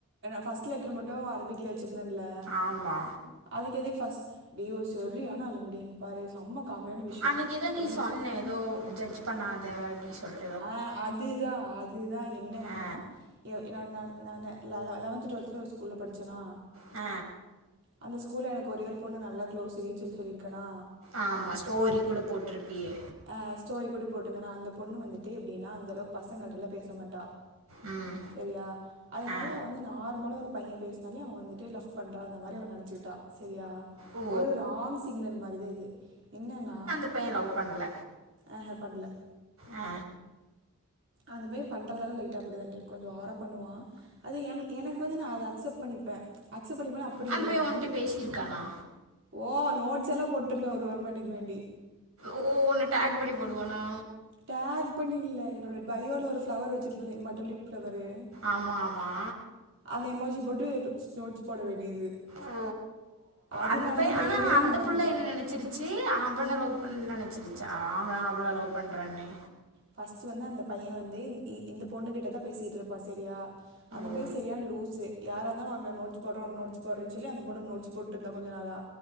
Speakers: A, on the right; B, on the right.
A: ஃபர்ஸ்ட் லெட்டர் மட்டு அரபிக்ல வெச்சிருந்தன்ல
B: ஆமா
A: அதுக்கு எதுக்கு ஃபஸ்ட் ஏ ஒரு சரியான ஆளுடி இப்ப பாரு செம்ம காமெடியான விஷயம்
B: அன்னைக்கு எதோ நீ
A: என்ன
B: சொன்ன எதோ ஜட்ஜ் பண்ணாத அப்டி சொல்
A: அ அதுதா அதுதா என்னன்னா
B: ஆ
A: யோ நா நா நான் ல லவன்த்து டுவல்த்தில ஒரு ஸ்கூல்ல படிச்சேன்னா
B: ஆ
A: அந்த ஸ்கூல்ல எனக்கு ஒரே ஒரு பொண்ணு நல்லா க்ளோஸ்ன்னு சொல்லி சொல்லிருக்கேனா
B: ஆமா ஸ்டோரி கூட போட்டிருப்பியே
A: ஆ ஸ்டோரி கூட போட்ருந்தன்னா அந்த பொண்ணு வந்துட்டு எப்படின்னா அந்த அளவுக்கு பசங்கள்ட்டலாம் பேச மாட்டா
B: ம்
A: செரியா அதனால
B: ஆ
A: அவ வந்து நார்மலா ஒரு பைய பேச னாலே அவன் வந்துட்டு லவ் பண்றான் அந்த மாரி அவ நினச்சிட்டா சரியா
B: ஓ
A: ஒரு ராங் சிக்னல் மாரிதா இது என்னன்னா
B: அப்பைய லவ் பண்ல
A: ஆஹ பண்ல
B: ஆ
A: அந்த மாரி பண்றதால <inaudible> இருக்கும் கொஞ்ச ஓவர பண்ணுவா அது எனக் எனக்கு வந்து நா அத அக்சப்ட் பண்ணிப்பே அக்சப்ட் பண்ணிப்பேனா அப்படி
B: அந்த
A: இல்ல
B: பைய
A: நான்
B: உன்ட்ட
A: வந்து
B: பேசிருக்கானா
A: ஓ நோட்ஸ் எல்லா போட்டிருந்தே ஒரு <unintelligible> வேண்டி
B: ஓ உன்ன டேக் பண்ணி போடுவானா
A: டேக் பண்ணி இல்ல என்னோட பயோவில ஒரு ஃப்ளவர் வச்சுருப்பேல மட்டலிப் ஃப்ளவர்ரு
B: ஆமா ஆமா
A: அந்த எமோஜி போட்டு ஸ் நோட்ஸ் போட வேண்டியது
B: ஓ
A: அதனால
B: அந்த பைய
A: தான்
B: ஆனா
A: நேமையே
B: அந்த
A: நான் மாற்றினேன்
B: புள்ள என்ன நினைச்சிருச் ச்சு அவன லவ் பண்ண நினைச்சிருச்சா அவ அவள லவ் பண்றானு
A: ஃபர்ஸ்ட்டு வந்து அந்த பைய வந்து இ இந்த பொண்ணு கிட்ட தா பேசிகிட்டு இருப்பான் சரியா அந்த
B: ஓ
A: பய சரியான லூஸு யார இருந்தாலு அங்க நோட்ஸ் போட்றே நோட்ஸ் போட்றேன் சொல்லி அந்த பொண்ணுக்கு நோட்ஸ் போட்டிருந்தா கொஞ்ச நாளா